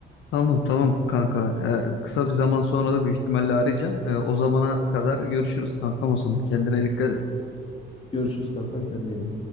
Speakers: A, on the left (about 80°); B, on the left (about 30°).
A: Tamam tamam kanka. Ee, kısa bir zaman sonra da büyük ihtimalle arayacağım. Ee, o zamana kadar görüşürüz kankam o zaman. Kendine dikkat et.
B: Görüşürüz kankam kendine iyi bak.